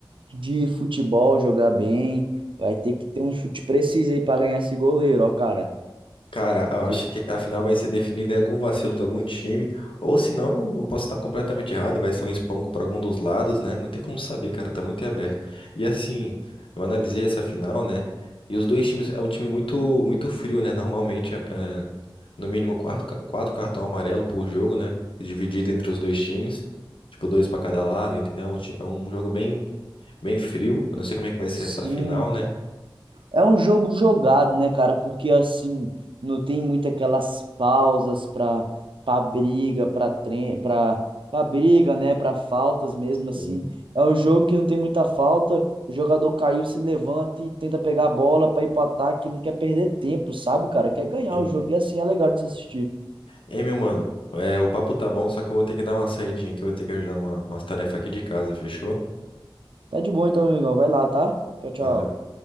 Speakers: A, on the right (about 75°); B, on the left (about 80°).
A: de futebol, jogar bem. Vai ter que ter um chute preciso aí para ganhar esse goleiro, ó, cara.
B: Cara, eu
A: Que-
B: acho que a final vai ser definida em algum vacilo de algum time, ou se não, eu posso estar completamente errado, vai ser um espanco para algum dos lados, né? Não tem como saber, cara, tá muito em aberto. E assim, eu analisei essa final, né? E os dois times, é um time muito muito frio, né? Normalmente, é, é, no mínimo quatro, ca- quatro cartão amarelo por jogo, né? Dividido entre os dois times, tipo dois para cada lado, entendeu? É um ti- é um jogo bem bem frio. Eu não sei como é que vai ser
A: Sim,
B: essa final, né?
A: é um jogo jogado, né, cara? Porque assim, não tem muito aquelas pausas para para briga, para tre para para briga, né, para faltas mesmo assim.
B: Sim,
A: É um jogo que não tem muita falta. O jogador caiu, se levanta e tenta pegar a bola para ir para ataque, não quer perder tempo, sabe, cara? Quer ganhar
B: entendi.
A: o jogo e assim é legal de se assistir.
B: Ei, meu mano, é, o papo tá bom, só que eu vou ter que dar uma saidinha aqui, eu vou ter que ajudar numa, umas tarefas aqui de casa, fechou?
A: Tá de bom então, amigão. Vai lá, tá? Tchau, tchau.
B: Valeu.